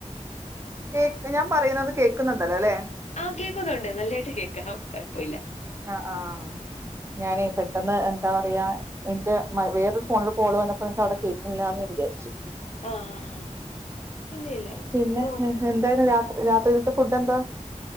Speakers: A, on the right; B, on the left.
A: ഇപ്പ ഞാൻ പറയുന്നത് കേൾക്കുന്നുണ്ടല്ലോ അല്ലെ
B: ആഹ് കേക്കുന്നുണ്ട് നല്ലായിട്ട് കേൾക്കാം കുഴപ്പമില്ല
A: ആ ആ ഞാന് പെട്ടെന്ന് എന്താ പറയാ എന്റെ വേറൊരു ഫോണില് കോള് വന്നപ്പോ നിനക്ക് അവിടെ കേക്കണില്ലന്ന് വിചാരിച്ചു
B: ആ ആ ആ ഇല്ല ഇല്ല
A: പിന്നെ
B: ഇവിടെ കുഴപ്പൊന്നുമില്ല
A: എന്തായരുന്നു രാത്രി രാത്രിഇൽ ഫുഡ്‌താ